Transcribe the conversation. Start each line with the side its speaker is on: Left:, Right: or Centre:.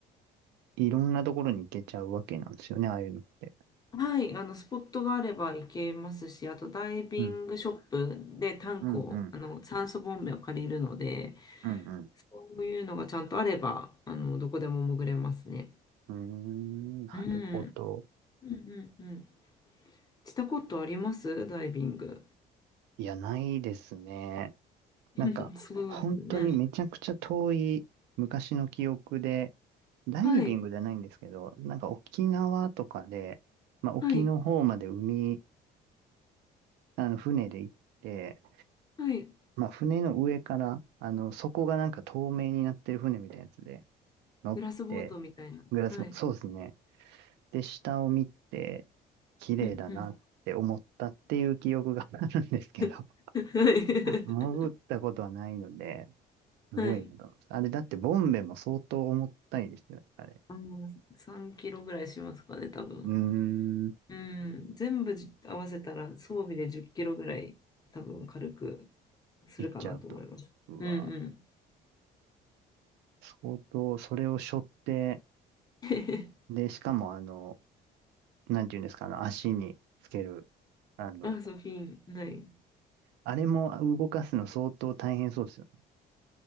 Right: いろんなところに行けちゃうわけなんですよね、ああいうのって。
Left: はい、あの、スポットがあれば行けますし、あとダイビングショップでタンクを、
Right: うん。うん、うん、
Left: あの、酸素ボンベを借りるので、
Right: うん、うん。
Left: そういうのがちゃんとあれば、あの、どこでも潜れますね。
Right: うーん、なるほど。
Left: うん。うんうんうん。したことありますダイビング。
Right: いや、ないですね。
Left: <laughs>
Right: なんか、
Left: そうですね。
Right: 本当にめちゃくちゃ遠い昔の記憶で、ダイビングじゃないんですけど、
Left: はい、
Right: なんか沖縄とかで、まあ沖の方まで海、
Left: はい、
Right: あの船で行って、
Left: はい。
Right: まあ、船の上から、あの、底がなんか透明になってる船みたいなやつで乗って、
Left: グラスボートみたいな。
Right: グラスも、
Left: はい。
Right: そうですね。で、下を見て、綺麗だなって思ったっていう記憶が
Left: うんうん。
Right: <laughs> あるんですけど、
Left: <laughs> はい。
Right: <laughs> 潜ったことはないので、すごいなと思います。
Left: はい。
Right: あれ、だってボンベも相当重たいですよね、あれ。
Left: あの、3キロぐらいしますかね、多分。
Right: うーん、
Left: うん、全部じ合わせたら装備で10キロぐらい多分軽くするかなと思います。
Right: 行っちゃうと。うわ、
Left: うん
Right: 相当、それを背負って、
Left: うん。
Right: で、
Left: <laughs>
Right: しかもあの、なんていうんですか、あの、足につける、あの、
Left: あ、そう、フィン、ない。
Right: あれも動かすの相当大変そうですよね。